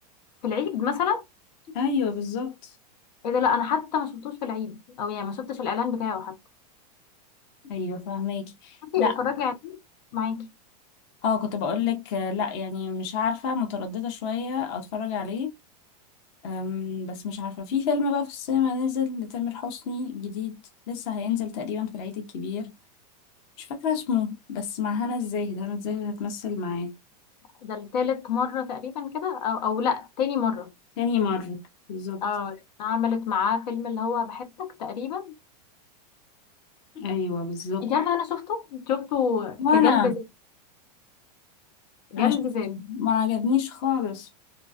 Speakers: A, on the left (about 85°); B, on the left (about 25°).
A: في العيد مثلا
B: ايوه بالظبط
A: ايه ده لا انا حتى ما شفتوش في العيد او يعني ما شفتش الاعلان بتاعه حتى
B: ايوه فهماكي
A: بصي
B: لا
A: اتفرجي عليه معاكي
B: اه كنت بقول لك لا يعني مش عارفة مترددة شوية اتفرج عليه أم، بس مش عارفة في فيلم بقى في السينما نزل لتامر حسني جديد لسه هينزل تقريبا في العيد الكبير مش فاكرة اسمه بس مع هنا الزاهد هنا الزاهد هتمثل معاه
A: ده التالت مرة تقريبا كده او او لا تاني مرة
B: تاني مرة بالظبط
A: اه عملت معاه فيلم اللي هو بحبك تقريبا
B: أيوة بالظبط
A: انت عارفة انا شفته شفته
B: وأنا
A: كجلد ذات جلد
B: أنا شفته
A: ذات
B: ما عجبنيش خالص